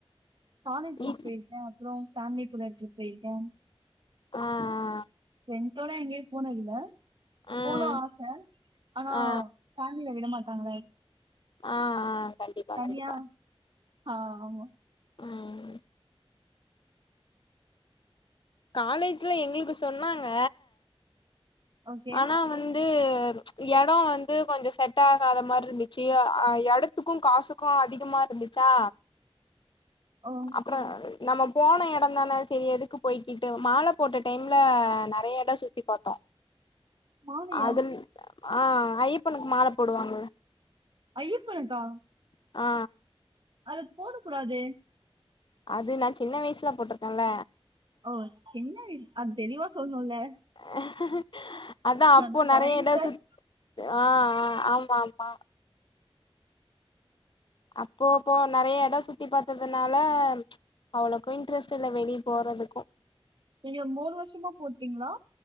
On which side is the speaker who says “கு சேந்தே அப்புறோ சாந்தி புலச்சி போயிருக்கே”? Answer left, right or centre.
Right